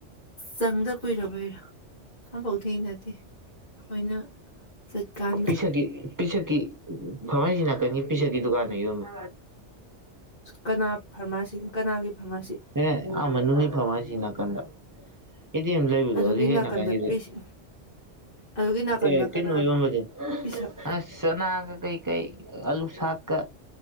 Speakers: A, on the left; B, on the right.
A: ꯆꯪꯗ ꯀꯨꯏꯔꯕꯩꯔꯥ ꯑꯝꯐꯥꯎ ꯊꯦꯡꯅꯗꯦ ꯑꯩꯈꯣꯏꯅ ꯆꯠꯀꯥꯟꯗ
B: ꯄꯤꯁꯒꯤ ꯄꯤꯁꯛꯀꯤ ꯐꯃꯥꯏꯖꯤꯡ ꯅꯥꯀꯟꯒꯤ ꯄꯤꯁꯛꯀꯤ ꯗꯨꯀꯥꯟꯗ ꯌꯣꯟꯕ
A: ꯀꯅꯥ ꯐꯥꯔꯃꯥꯁꯤ ꯀꯅꯥꯒꯤ ꯐꯥꯔꯃꯥꯁꯤ
B: ꯑꯦ ꯑꯥ ꯃꯅꯨꯡꯒꯤ ꯐꯥꯃꯔꯁꯤ ꯅꯥꯀꯟꯗ ꯑꯦꯗꯤꯝ ꯂꯩꯕꯗꯣ
A: ꯑꯗꯨꯒꯤ
B: ꯍꯧꯖꯤ ꯍꯦꯛ
A: ꯅꯥꯀꯟꯗ
B: ꯅꯥꯀꯟꯒꯤ
A: ꯄꯤꯁ ꯑꯗꯨꯒꯤ ꯅꯥꯀꯟꯗ
B: ꯑꯦ
A: ꯀꯅꯥ
B: ꯇꯟꯅꯣꯝꯕꯗꯤ
A: ꯄꯤꯁꯛ
B: ꯑꯁ ꯆꯅꯥꯒ ꯀꯩꯀꯩ ꯑꯥꯂꯨ ꯁꯥꯥꯛꯀ